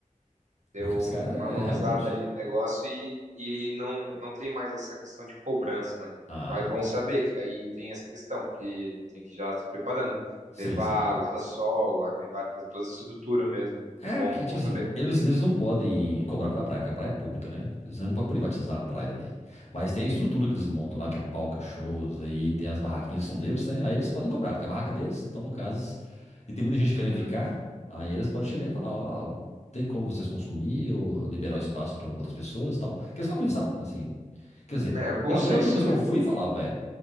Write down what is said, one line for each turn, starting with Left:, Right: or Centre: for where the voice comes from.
Right: deu
Left: Porque os caras
Right: uma mãozada
Left: é realmente.
Right: ali no negócio e, e não, não tem mais essa questão de cobrança, né?
Left: Ah,
Right: Então é bom
Left: porque...
Right: saber que aí tem essa questão, porque a gente tem que já se preparando,
Left: sim,
Right: levar
Left: sim.
Right: guarda-sol, guar- levar toda a estrutura mesmo. né?
Left: É,
Right: Bom,
Left: porque, tipo
Right: bom saber.
Left: assim, eles, eles não podem cobrar pela praia, porque a praia é pública, né? Eles não podem privatizar a praia
Right: Uhum.
Left: ali. Mas tem a estrutura que eles montam lá, que é palco, é shows, aí tem as barraquinhas que são deles, né? Aí eles podem cobrar, porque a barraca é deles, então, no caso, es- e tem muita gente
Right: Uhum.
Left: querendo ficar, aí eles podem chegar e falar, ó, tem como vocês consumir ou liberar o espaço para outras pessoas e tal. Que eles falam isso, sabe? Assim, quer dizer,
Right: É, o bom
Left: pelo
Right: senso,
Left: menos a última vez
Right: né?
Left: que eu fui falar, velho.